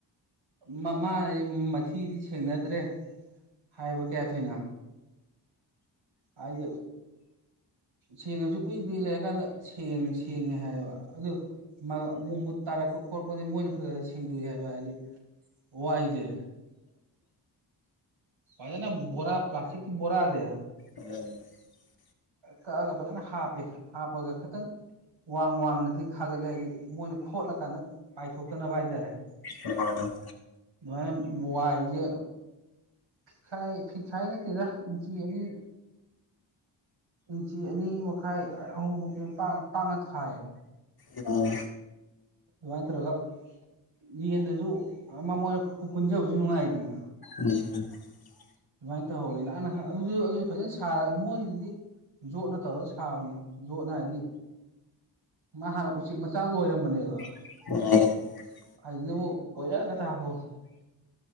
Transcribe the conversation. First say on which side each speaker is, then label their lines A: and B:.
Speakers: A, on the right (about 80°); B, on the left (about 55°).
A: ꯃꯃꯥ ꯃꯊꯤꯗꯤ ꯁꯦꯡꯅꯗ꯭ꯔꯦ ꯍꯥꯏꯕ ꯀꯌꯥ ꯊꯣꯏꯅꯣ ꯑꯩ ꯁꯦꯡꯉꯁꯨ ꯀꯨꯏ ꯀꯨꯏ ꯂꯩꯔꯀꯥꯟꯗ ꯁꯦꯡꯉꯦ ꯁꯦꯡꯉꯦ ꯍꯥꯏꯌꯦꯕ ꯑꯗꯨ ꯃꯥ ꯑꯃꯨꯛ ꯃꯨꯠ ꯇꯥꯔꯛꯄ ꯈꯣꯠꯄꯗꯤ ꯃꯣꯏꯅ ꯈꯔ ꯈ ꯁꯦꯡꯕꯤ ꯍꯥꯏꯕ ꯍꯥꯏꯗꯤ ꯋꯥꯏꯁꯦ ꯐꯥꯖꯅ ꯕꯣꯔꯥ ꯄ꯭ꯂꯥꯁꯇꯤꯛꯀꯤ ꯕꯣꯔꯥꯁꯦ
B: <inaudible>
A: ꯀꯛꯑꯒ ꯐꯖꯅ ꯍꯥꯞꯄꯦ ꯍꯥꯞꯄꯒ ꯈꯥꯇꯪ ꯋꯥꯡ ꯋꯥꯡꯅꯗꯤ ꯈꯥꯒꯠꯂꯦ ꯃꯣꯏꯅ ꯈꯣꯠꯂꯀꯥꯟꯗ ꯄꯥꯏꯊꯣꯛꯇꯅꯕ ꯍꯥꯏꯇꯥꯔꯦ
B: ꯎꯝ
A: ꯑꯗꯨꯃꯥꯏꯅ ꯋꯥꯏꯁꯦ ꯐꯤꯈꯥꯏ ꯐꯤꯈꯥꯏ ꯅꯠꯇꯦꯗꯥ ꯏꯟꯆꯤ ꯑꯅꯤ ꯏꯟꯆꯤ ꯑꯅꯤ ꯃꯈꯥꯏ ꯑꯍꯨꯝ ꯃꯨꯛꯀꯤ ꯄꯥꯛꯅ ꯄꯥꯛꯅ ꯊꯥꯏꯌꯦ
B: ꯑꯣ
A: ꯑꯗꯨꯃꯥꯏꯅ ꯇꯧꯔꯒ ꯌꯦꯟꯗꯁꯨ ꯃꯃꯣꯟ ꯀꯨꯟꯖꯕꯁꯨ ꯅꯨꯡꯉꯥꯏꯗꯅ
B: <inaudible>
A: ꯑꯗꯨꯃꯥꯏꯅ ꯇꯧꯍꯧꯋꯦ ꯅꯍꯥꯟ ꯅꯍ ꯑꯗꯨꯁꯨ ꯑꯗꯨꯁꯨ ꯐꯖꯅ ꯁꯥꯔꯒ ꯃꯣꯏꯒꯤꯗꯤ ꯖꯣꯠꯅ ꯇꯧꯔꯒ ꯁꯥꯕꯅꯤ ꯖꯣꯠꯅ ꯍꯥꯏꯗꯤ ꯃꯥ ꯍꯥꯟꯅ ꯎꯆꯦꯛ ꯃꯆꯥ ꯂꯣꯏꯔꯝꯕꯅꯦꯕ
B: <inaudible>
A: ꯑꯗꯨꯗꯥꯃꯨꯛ ꯀꯣꯏꯂꯔ ꯉꯥꯛꯇꯥ ꯍꯞꯄꯥꯛꯑꯣ